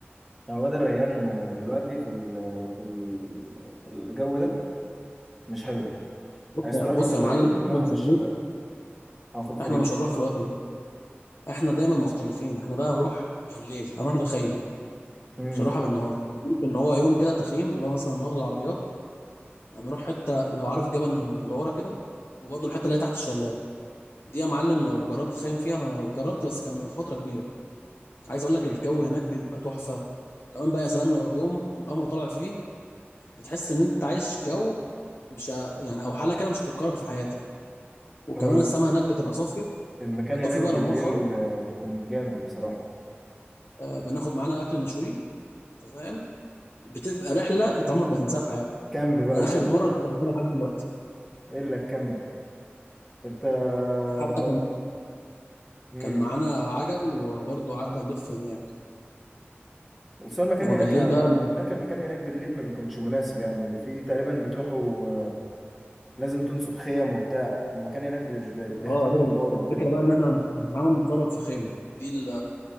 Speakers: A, in the centre; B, on the left.
A: يعني واد الريان آه، دلوقتي في ال في ال في الجو ده مش حلو
B: بص
A: عايز
B: يا
A: تروح
B: بص
A: وادي
B: يا
A: الريان
B: معلم
A: نروحها
B: احنا مش
A: في الشتاء
B: هنروح
A: او في الخريف
B: احنا مش هنروح في الوقت ده احنا دايما مختلفين احنا بقى هنروح بالليل هنروح نخيم
A: امم
B: مش هنروحها بالنهار إحنا ممكن ان هو يوم كده تخييم اللي هو مثلا ناخد العربيات هنروح حته لو عارف جبل المدوره كده وبرضه الحته اللي هي تحت الشلال دي يا معلم لو جربت تخيم فيها انا جربت بس كان من فتره كبيره عايز اقول لك الجو هناك بيبقى تحفه وكمان بقى يا سلام لو يوم القمر طالع فيه بتحس ان انت عايش جو مش ه- يعني او حاله كده مش هتتكرر في حياتك وكمان
A: هو
B: السماء هناك بتبقى صافيه
A: المكان
B: بنطفي
A: هناك
B: بقى
A: بالليل
B: الانوار خالص
A: آه، بيكون جامد بصراحة
B: آه، بناخد معانا اكل نشويه انت فاهم بتبقى رحله انت عمرك ما تنساها في حياتك
A: كامب بقى
B: انا
A: وكده
B: اخر مره لسه فاكرها لحد دلوقتي
A: ايه اللي الكامب انت
B: حتى
A: لما
B: كان
A: امم
B: كان معانا عجل وبرضه قعدنا نلف هناك
A: بس هو المكان
B: وبالليل
A: هناك
B: بقى
A: هناك المكان هناك بالليل ما بيكونش مناسب يعني في تقريبا بتروحوا آه، لازم تنصب خيم وبتاع المكان هناك مش بي- بيحتاج
B: اه هي
A: انوار
B: الفكره
A: ويحتاج
B: بقى ان احنا نحاول نتصرف في خيمه دي ال...